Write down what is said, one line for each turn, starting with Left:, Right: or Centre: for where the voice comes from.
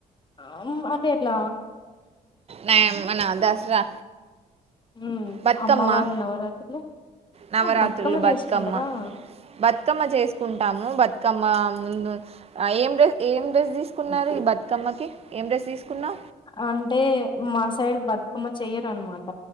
Left: ఆ ఆటేట్ల
Right: నా మన దసరా
Left: ఉమ్..
Right: బతుకమ్మ
Left: అమ్మ వారి నవరాత్రులు
Right: నవరాత్రులు
Left: ఆ,
Right: బతుకమ్మ
Left: చేసుకుంటారా
Right: బతుకమ్మ చేసుకుంటాము బతుకమ్మ ముందు అ.. ఏం డ్రెస్ ఏం డ్రెస్ తీసుకున్నారు ఈ బతుకమ్మకి ఏం డ్రెస్ తీసుకున్నా
Left: అంటే మా సైడ్ బతుకమ్మ చెయ్యరన్న మాట